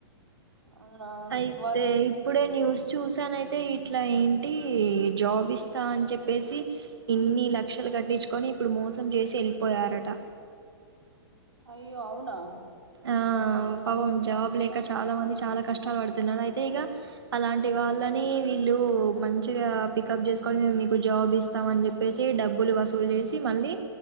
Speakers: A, on the right; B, on the right.
A: అవునా
B: అయితే
A: వర్క్
B: ఇప్పుడే నివుస్ చూసానైతే ఇట్లా ఏంటి జాబ్ ఇస్తా అని చెప్పేసి ఇన్ని లక్షలు కట్టించుకొని ఇప్పుడు మోసం చేసి వెళ్లిపోయారంట
A: అయ్యో అవునా
B: ఆ పాపం జాబ్ లేక చాలా మంది చాలా కష్టం <unintelligible> పడుతున్నారు అయితే ఇగ అలాంటి వాళ్లని ళ్లు మంచిగా పికప్ చేసుకోని మేము మీకు జాబ్ ఇస్తాం అని చెప్పేసి డబ్బులు వసూలు చేసి మల మళ్లీ